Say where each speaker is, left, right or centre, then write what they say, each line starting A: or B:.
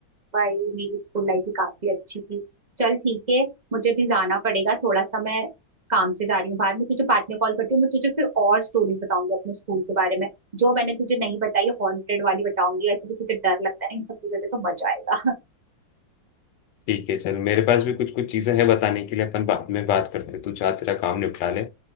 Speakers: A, on the right (about 35°); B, on the left (about 70°).
A: भाई मेरी स्कूल लाइफ भी काफी अच्छी थी चल ठीक है मुझे भी जाना पड़ेगा थोड़ा सा मैं काम से जा रही हूँ बाहर मैं तुझे बाद में कॉल करती हूँ मैं तुझे फिर और स्टोरीज बताऊंगी अपने स्कूल के बारे में जो मैंने तुझे नहीं बताई हॉन्टेड वाली बताऊंगी ऐसे भी तुझे डर लगता है ना इन सब चीजों से तो मजा आएगा
B: ठीक है चल मेरे पास भी कुछ कुछ चीजें हैं बताने के लिए अपन बाद में बात करते हैं तू चाह तेरा काम निपटा ले